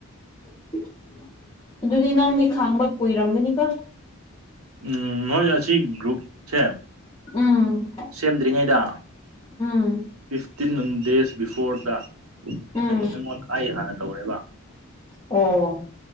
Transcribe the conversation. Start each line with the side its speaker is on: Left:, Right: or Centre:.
Left: <unintelligible> ꯑꯗꯨꯗꯤ ꯅꯪꯗꯤ ꯈꯡꯕ ꯀꯨꯏꯔꯝꯒꯅꯤꯀꯣ
Right: ꯎꯝ ꯃꯣꯏ ꯑꯁꯤ ꯒ꯭ꯔꯨꯞꯁꯦ
Left: ꯎꯝ
Right: ꯁꯦꯝꯗ꯭ꯔꯤꯉꯩꯗ
Left: ꯎꯝ
Right: ꯐꯤꯐꯇꯤꯟ ꯗꯦꯖ ꯕꯤꯐꯣꯔꯗ
Left: ꯎꯝ
Right: ꯑꯩꯉꯣꯟ ꯑꯩ ꯍꯥꯟꯅ ꯇꯧꯔꯦꯕ
Left: ꯑꯣ